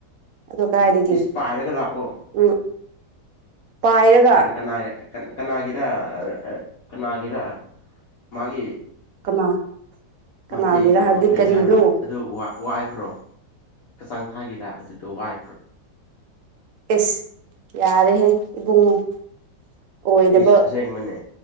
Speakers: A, on the right; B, on the left.
A: ꯑꯗꯨ ꯀꯥꯏꯗꯒꯤ
B: ꯏꯁ ꯄꯥꯏꯔꯒ ꯂꯥꯛꯑꯣ
A: ꯎꯝ ꯄꯥꯏꯔꯒ
B: ꯀꯅꯥꯒꯤ ꯀꯅꯥꯒꯤꯔ ꯀꯅꯥꯒꯤꯔ ꯃꯥꯒꯤ
A: ꯀꯅꯥ ꯀꯅꯥꯒꯤꯔ
B: ꯃꯐꯩꯗꯣ
A: ꯍꯥꯏꯕꯗꯤ
B: ꯃꯐꯩ
A: ꯀꯔꯤꯅꯣ
B: ꯍꯥꯏꯕ꯭ꯔꯥ ꯑꯗꯨ ꯋꯥꯏꯈ꯭ꯔꯣ ꯀꯆꯥꯡ ꯊꯥꯒꯤꯗ ꯑꯗꯨꯗꯣ ꯋꯥꯏꯈ꯭ꯔꯣ
A: ꯑꯁ ꯌꯥꯔꯦꯍꯦ ꯏꯕꯨꯡꯉꯣ ꯑꯣꯏꯗꯕ
B: ꯏꯁ ꯑꯁꯦꯡꯕꯅꯦ